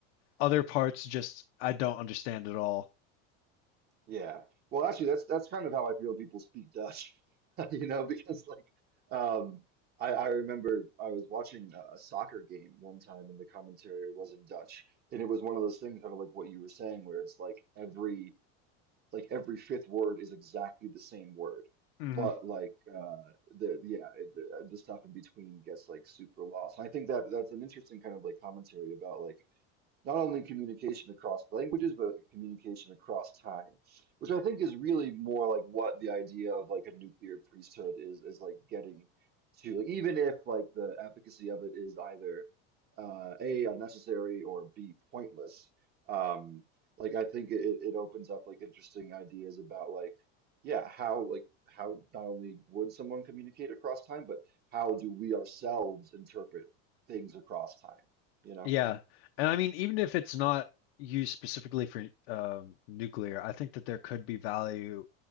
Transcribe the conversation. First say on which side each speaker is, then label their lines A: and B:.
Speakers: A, on the left; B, on the right.
A: other parts just I don't understand at all.
B: Yeah. Well, actually, that's that's kind of how I feel when people speak Dutch, <laughs> you know, because like um I, I remember I was watching a a soccer game one time and the commentary was in Dutch. And it was one of those things kind of like what you were saying where it's like every like every fifth word is exactly the same word.
A: hmm
B: But like uh the yeah, it, the, the stuff in between gets like super lost. And I think that that's an interesting kind of like commentary about like not only communication across languages, but communication across time, which I think is really more like what the idea of like a nuclear priesthood is, is like getting to, Like, even if like the efficacy of it is either uh, A, unnecessary or B, pointless. Um, like I think it, it opens up like interesting ideas about like, yeah, how like how not only would someone communicate across time, but how do we ourselves interpret things across time, you know?
A: Yeah. And I mean, even if it's not used specifically for um, nuclear, I think that there could be value